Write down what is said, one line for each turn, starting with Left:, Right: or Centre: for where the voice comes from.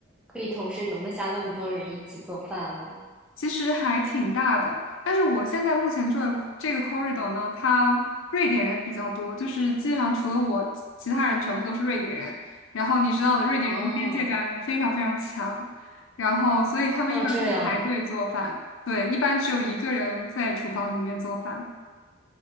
Centre: 可以同时容得下那么多人一起做饭吗？
Left: 其实还挺大的，但是我现在目前住的这个 corridor 呢，它瑞典人比较多，就是基本上除了我，其其他人全部都是瑞典人。然后你知道的，瑞典人的边界感非常非常强，
Centre: 哦，
Left: 然后所以他们一般会排队做饭，
Centre: 哦，这样的，
Left: 对，一般只有一个人在厨房里面做饭，